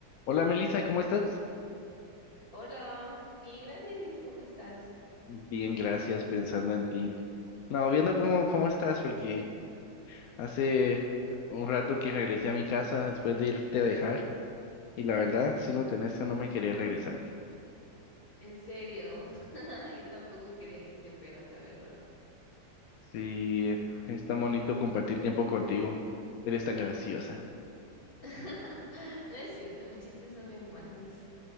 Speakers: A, on the left; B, on the left.
A: Hola Melissa, ¿cómo estás?
B: Hola, bien, gracias. ¿Y tú cómo estás?
A: Bien, gracias, pensando en ti. No, viendo cómo, cómo estás, porque hace un rato que regresé a mi casa después de irte a dejar, y la verdad, siéndote honesto, no me quería regresar.
B: En serio, <laughs> yo tampoco quería que te fueras, la verdad.
A: Sí, es tan bonito compartir tiempo contigo. Eres tan graciosa.
B: <laughs> No es cierto, mis chistes son bien malos.